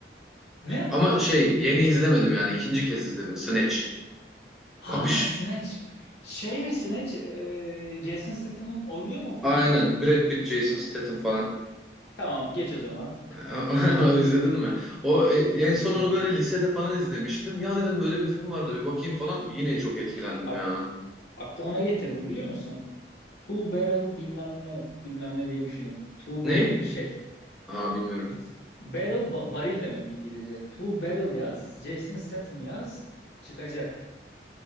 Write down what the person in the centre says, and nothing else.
Ama şey yeni izlemedim yani ikinci kez izledim Snatch.
Kapış.
Aynen Brad Pitt, Jason Statham falan.
<laughs> Onu izledin mi? O e,
en son onu böyle lisede falan izlemiştim. Ya dedim böyle bir film vardı bir bakayım falan. Yine çok etkilendim
ya.
Ne?
Aa bilmiyorum.